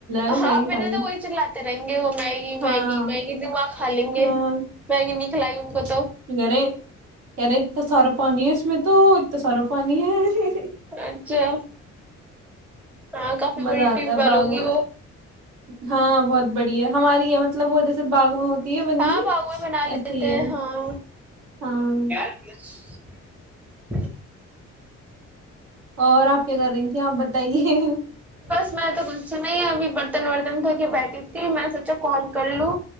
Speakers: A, on the right; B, in the centre.
A: گا
B: ہاںبنا
A: میگی کھا لی
B: تو وہی چلا تے رہیں گے وہ میگی
A: ہاں
B: میگی میگی دماغ کھا لیں گے
A: ہاں
B: میگی نہیں <unintelligible>
A: <unintelligible> <unintelligible> پانی ہے اس میں تو اتنا سارا پانی ہے
B: اچھا ہاں کافی
A: مزہ
B: بڑی
A: آتا
B: ٹیپ
A: ہے
B: وال
A: باغ
B: ہوگی
A: میں
B: وہ
A: ہاں بہت بڑیا ہے ہماری ہے مطلب وہ جیسے باغ میں ہوتی ہے بنی
B: ہاں
A: ہوئی
B: باگوئی بنا
A: ایسی
B: لیتے
A: ہی
B: ہیں
A: ہے
B: ہاں
A: ہاں
B: <inaudible>
A: اور آپ کیا کر رہی تیں آپ بتائیے
B: بس میں تو کچھ نہیں ابھی برتن ورتن کرھ کے بیٹھی تھی میں سوچا کال کر لوں